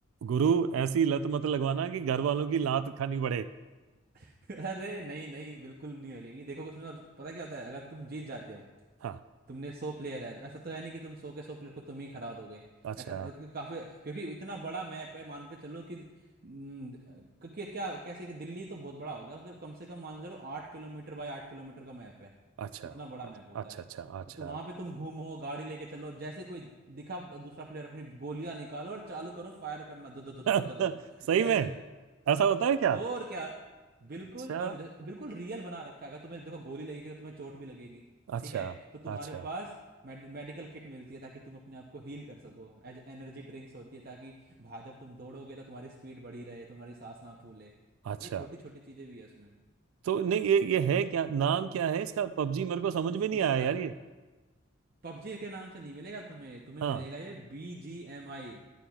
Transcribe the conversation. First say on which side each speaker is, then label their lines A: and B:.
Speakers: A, on the right; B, on the right.
A: गुरु ऐसी लत मत लगवाना कि घर वालों की लात खानी पड़े
B: <laughs> अरे नहीं नहीं बिल्कुल नहीं लगेगी देखो उसमें और पता क्या होता है अगर तुम जीत जाते हो
A: हाँ
B: तुमने सौ प्लेयर है तो ऐसा तो है नहीं कि तुम सौ के सौ प्लेयर को तुम ही हरा दोगे
A: अच्छा
B: ऐसा क्योंकि काफी क्योंकि इतना बड़ा मैप है मान के चलो कि हम्म, क्योंकि क्या कैसे कि दिल्ली तो बहुत बड़ा हो गया मतलब कम से कम मान के चलो आठ किलोमीटर बाय आठ किलोमीटर का मैप है
A: अच्छा
B: इतना बड़ा
A: अच्छा
B: मैप होता
A: अच्छा
B: है
A: अच्छा अच्छा
B: तो वहां पे तुम घूमो गाड़ी लेके चलो जैसे कोई दिखा दूसरा प्लेयर अपनी गोलियां निकालो और चालू करो फायर करना दो दो दो दो
A: <laughs>
B: दो दो दो दो।
A: सही
B: ऐसे
A: में ऐसा होता है क्या
B: और क्या
A: अच्छा
B: बिल्कुल और ज- बिल्कुल रियल बना रखा है अगर तुम्हें देखो गोली लगेगी तो तुम्हें चोट भी लगेगी
A: अच्छा
B: ठीक है तो तुम्हारे
A: अच्छा
B: पास मेड, मेडिकल किट मिलती है ताकि तुम अपने आप को हील कर सको एज एनर्जी ड्रिंक्स होती है ताकि भा- जब तुम दौड़ोगे तो तुम्हारी स्पीड बढ़ी रहे तुम्हारी सांस ना फूले
A: अच्छा
B: ये छोटी छोटी चीजें भी है उसमें
A: तो नहीं ये ये है क्या नाम क्या है इसका पबजी मेरे को समझ
B: इस,
A: में नहीं
B: इसका
A: आया यार ये
B: पबजी के नाम से नहीं मिलेगा तुम्हें ये तुम्हें
A: हाँ
B: मिलेगा ये B G M I